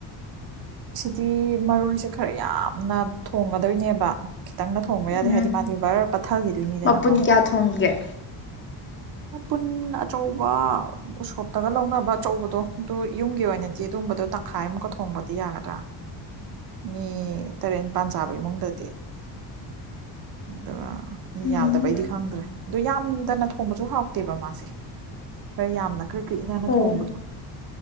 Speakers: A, on the right; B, on the left.
A: ꯁꯤꯗꯤ ꯃꯔꯣꯏꯁꯦ ꯈꯔ ꯌꯥꯝꯅ ꯊꯣꯡꯒꯗꯣꯏꯅꯦꯕ ꯈꯤꯇꯪꯅ ꯊꯣꯡꯕ ꯌꯥꯗꯦ
B: ꯎꯝ
A: ꯍꯥꯏꯗꯤ ꯃꯥꯗꯤ ꯚꯔ ꯄꯠꯊꯈꯤꯗꯣꯏꯅꯤꯗꯅꯀꯣ
B: ꯃꯄꯨꯟ ꯀꯌꯥ ꯊꯣꯡꯒꯦ
A: ꯃꯄꯨꯨꯟ ꯑꯆꯧꯕ ꯎꯁꯣꯞꯇꯒ ꯂꯧꯅꯕ ꯑꯆꯧꯕꯗꯣ ꯑꯗꯨ ꯌꯨꯝꯒꯤ ꯑꯣꯏꯅꯗꯤ ꯑꯗꯨꯝ ꯕꯗꯣ ꯇꯪꯈꯥꯏ ꯑꯃꯨꯛꯀ ꯊꯣꯡꯕꯗꯤ ꯌꯥꯒꯗ꯭ꯔꯥ ꯃꯤ ꯇꯔꯦꯠ ꯅꯤꯄꯥꯥꯟ ꯆꯥꯕ ꯏꯃꯨꯡꯗꯗꯤ ꯑꯗꯨꯒ ꯃꯤ
B: ꯎꯝ
A: ꯌꯥꯝꯗꯕꯩꯗꯤ ꯈꯪꯗ꯭ꯔꯦ ꯗꯣ ꯌꯥꯝꯗꯅ ꯊꯣꯡꯕꯁꯨ ꯍꯥꯎꯇꯦꯕ ꯃꯥꯁꯦ ꯈꯔ ꯌꯥꯝꯅ ꯀ꯭ꯔꯤꯛ ꯀ꯭ꯔꯤꯛꯟ ꯏꯅꯥꯅ
B: ꯑꯣ
A: ꯊꯣꯡꯕꯗꯣ